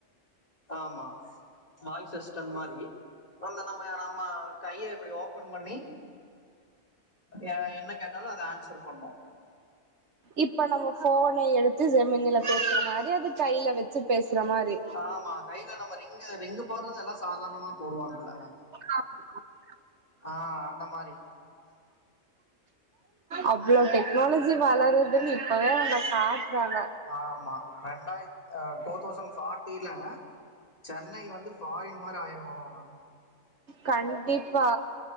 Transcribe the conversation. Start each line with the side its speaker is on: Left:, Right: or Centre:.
Left: ஆமா வாய்ஸ் அசிஸ்டன்ட் மாரி ஒன்னு நம்ம நம்ம கைய இப்டி ஓப ஃபோன் பண்ணி எ என்ன கேட்டாலு அத ஆன்சர் பண்ணூ
Right: இப்ப நம்ம ஃபோன எடுத்து ஜெமினில பேசுற மாரி அது கையில வச்சு பேசுற மாரி
Left: ஆமா கையில நம்ம ரிங்கு ரிங்கு போடுறது எல்லா சாதாரணமா போடுவாங்கல்ல
Right: ஆ மா
Left: ஆ அந்த மாரி
Right: அவ்ளோ டெக்னாலஜி வளருதுன்னு இப்பவே அவுங்க சா <unintelligible> றாங்க
Left: ஆமா ரெண்டாய டூ தௌசண்ட் ஃபார்ட்டில சென் னை வந்து ஃபாரின் மாரி ஆயிருமாமா மேம்
Right: கண்டிப்பா